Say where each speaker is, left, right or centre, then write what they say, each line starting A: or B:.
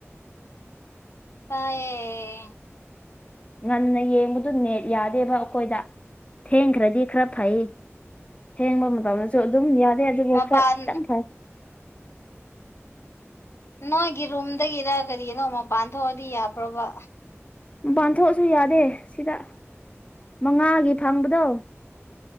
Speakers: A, on the left; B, on the left.
A: ꯇꯥꯌꯦ꯫
B: ꯉꯟꯅ ꯌꯦꯡꯕꯗꯨ ꯅꯦꯠ ꯌꯥꯗꯦꯕ ꯑꯈꯣꯏꯗ꯫ ꯊꯦꯡꯈ꯭ꯔꯗꯤ ꯈꯔ ꯐꯩ ꯊꯦꯡꯕ ꯃꯇꯝꯗꯁꯨ ꯑꯗꯨꯝ ꯌꯥꯠ ꯗꯦ ꯑꯗꯨꯕꯨ
A: ꯃꯄꯥꯟ
B: ꯈꯔ ꯈꯤꯇꯪ ꯐꯩ꯫
A: ꯅꯣꯏꯒꯤ ꯔꯨꯝꯗꯒꯤꯔ ꯀꯔꯤꯅꯣ ꯃꯄꯥꯟ ꯊꯣꯛꯑꯗꯤ ꯌꯥꯕ꯭ꯔꯣꯕ꯫
B: ꯎꯝ ꯄꯥꯟꯊꯣꯛ ꯑꯁꯨ ꯌꯥꯗꯦ ꯁꯤꯗ ꯃꯉꯥꯒꯤ ꯐꯪꯕꯗꯣ꯫